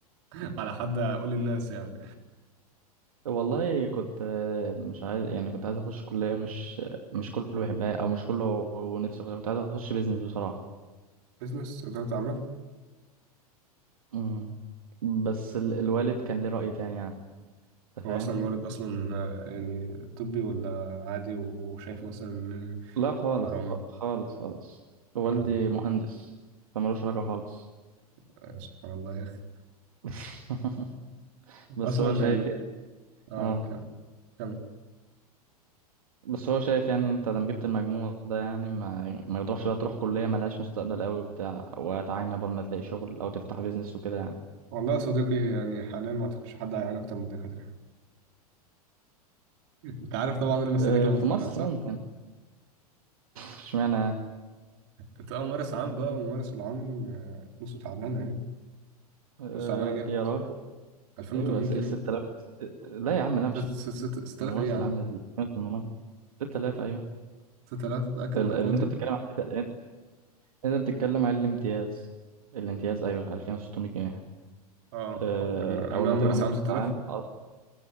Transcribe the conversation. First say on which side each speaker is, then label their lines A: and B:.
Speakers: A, on the right; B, on the right.
A: <laughs> على حد أقول للناس يعني
B: والله كنت آه، مش عايز يعني كنت عايز اخش كلية مش مش كله بيحبها او مش كله ونفسه فيها. كنت عايز اخش بيزنس بصراحة
A: بزنس إدارة أعمال
B: مم. بس ال- الوالد كان ليه رأي تاني يعني انت
A: هو
B: فاهم
A: أصلا والد أصلا آه، يعني طبي ولا عادي وشايف مثلا إن
B: لا خالص
A: حرام
B: خ- خالص خالص والدي
A: آه،
B: مهندس فمالوش علاقة خالص
A: آه، سبحان الله يا أخي
B: <laughs> بس
A: أصلا
B: هو شايف
A: يعني
B: يعني
A: آه
B: اه
A: كم كم
B: بس هو شايف يعني إن انت دام جبت المجموع ده يعني ما يعني ما يضرش بقى تروح كلية ملهاش مستقبل قوي وبتاع وتعاني قبل ما تلاقي شغل او تفتح بيزنس وكده يعني
A: والله يا صديقي يعني حاليا ما أعتقدش حد هيعاني أكتر من الدكاترة انت عارف طبعا انا مستنيك
B: آه،
A: لما
B: في
A: اتخرج
B: مصر
A: صح؟
B: ممكن اشمعنى يعني؟
A: انت اه ممارس عام بقى وممارس العام آه، فلوسه تعبانه يعني
B: آه،
A: فلوسه تعبانه جامد
B: يا راجل
A: 2800
B: ايوه 6000
A: جنيه
B: لا يا عم لا
A: ست-
B: مش
A: ست- ست- 6000
B: الممثل
A: ايه يا
B: اللي
A: عم؟
B: عامل ال 2800 6000 ايوه
A: 6000 متأكد
B: ال-
A: من الارقام
B: اللي
A: دي؟
B: انت بتتكلم عن كده انت أنت بتتكلم عن الامتياز الامتياز ايوه 2600 جنيه
A: اه
B: آه،
A: اه ان إن
B: اول
A: انا
B: ما
A: ممارس
B: تبقى ممثل
A: عام 6000
B: عام اه